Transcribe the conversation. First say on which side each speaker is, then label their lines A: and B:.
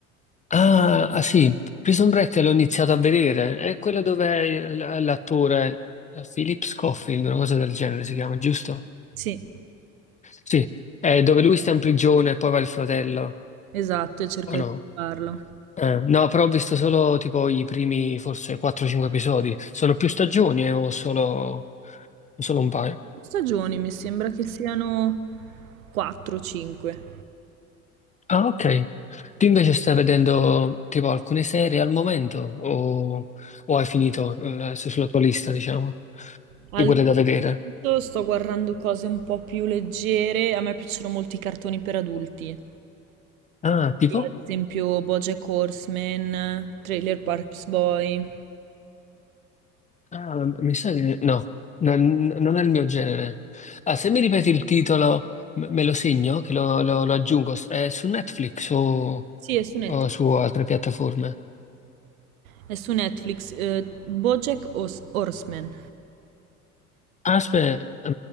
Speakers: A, on the left; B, on the right.
A: Ah, ah, sì, Prison Break l'ho iniziato a vedere, è quello dove il- l'attore eh, Philip Scofield, una cosa del genere si chiama, giusto?
B: Sì,
A: Sì, è dove lui sta in prigione e poi va il fratello,
B: Esatto, e cerca
A: o no?
B: di farlo.
A: Eh, no, però ho visto solo tipo i primi forse 4-5 episodi. Sono più stagioni eh, o solo, solo un paio?
B: Stagioni, mi sembra che siano 4-5.
A: Ah, ok. Tu invece stai vedendo tipo alcune serie al momento o, o hai finito eh, su- sulla tua lista, diciamo,
B: Allora,
A: di quelle da vedere?
B: intanto sto guardando cose un po' più leggere. A me piacciono molti i cartoni per adulti.
A: Ah, tipo?
B: Quindi, Ad esempio BoJack Horseman, Trailer Parks Boy.
A: Ah, mi sa che no, non, non è il mio genere. Ah, se mi ripeti il titolo, m- me lo segno, che lo, lo- lo aggiungo. È su Netflix o,
B: Sì, è su Net-
A: o su altre piattaforme?
B: è su Netflix. eh, BoJack Hos- Horseman.
A: Aspetta,